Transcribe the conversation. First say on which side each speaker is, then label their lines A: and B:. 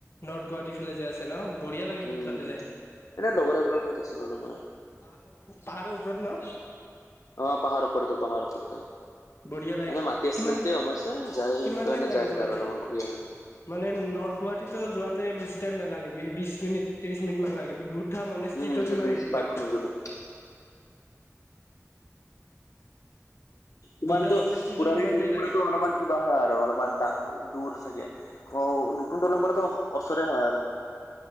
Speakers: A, on the left; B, on the left.
A: নৰ্থ গুৱাহাটীৰ ফালে যে আছে ন? বঢ়িয়া লাগে কিন্তু
B: উম
A: তাতে যায়।
B: এনে লগৰে বোৰৰ লগত আছিলোঁ তোমাৰ।
A: পাহাৰৰ, পাহাৰৰ ওপৰত ন?
B: অ, পাহাৰৰ ওপৰত এইটো পাহাৰৰ ও এইটো।
A: বঢ়িয়া লাগে
B: এনে মাতি
A: কিমান
B: চানটিয়ে সোমাইছে, যাই <unintelligible>
A: কিমান টাইম লাগে
B: যাই আহিল
A: যোৱাতে
B: আৰু অলপমান ঘূৰি আহিল।
A: মানে নৰ্থ গুৱাহাটীতো যোৱাতে বেছি টাইম নালাগে বি-বিশ মিনিট ত্ৰিশ মিনিট মান লাগে <unintelligible> <unintelligible> মনে স্তিতত
B: উম
A: কিমান
B: ব্ৰিজ
A: দেৰি
B: পাৰ
A: থাকে?
B: কৰি গলো তোমাৰতো
A: বুদ্ধা মনেষ্ট্ৰিটো
B: পুৰণি
A: কিমান
B: <unintelligible>
A: দেৰি লাগে
B: অলপমান কিবা হয় আৰু অলপমান দা দূৰ থাকে অ, নতুন দলং <unintelligible> ওচৰে হয় আৰু।